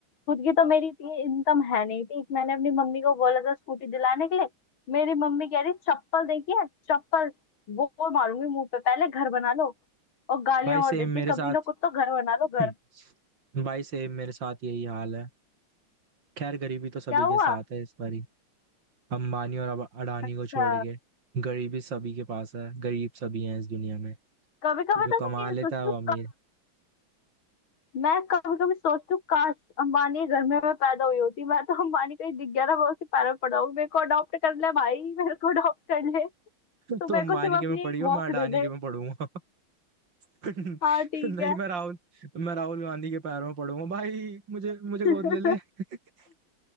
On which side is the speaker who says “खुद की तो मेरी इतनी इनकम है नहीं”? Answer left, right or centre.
Left